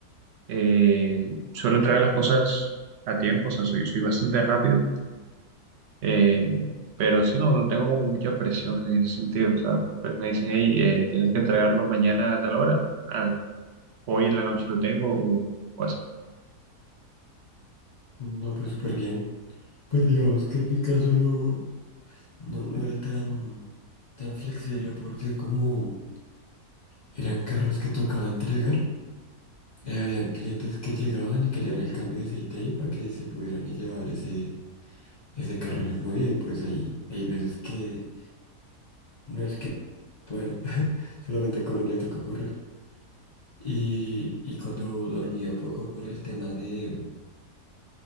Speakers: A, on the right; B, on the left.
A: Eh, suelo entregar las cosas a tiempo, o sea, soy, soy bastante rápido Eh, pero sí, no, no tengo como mucha presión en ese sentido. O sea, pues me dicen, hey, eh, tienes que entregarlo mañana a tal hora. Ah, hoy en la noche lo tengo o, o así.
B: no, pues súper bien. Pues digamos que en mi caso no, no, no era tan, tan flexible porque como eran carros que tocaba entregar, eh, habían clientes que llegaban y querían el cambio de aceite ahí para que se pudieran llevar ese, ese carro el mismo día y pues ahí hay veces que no es que pueda, <laughs> solamente con él le toca correr. Y, y cuando dormía poco por el tema de,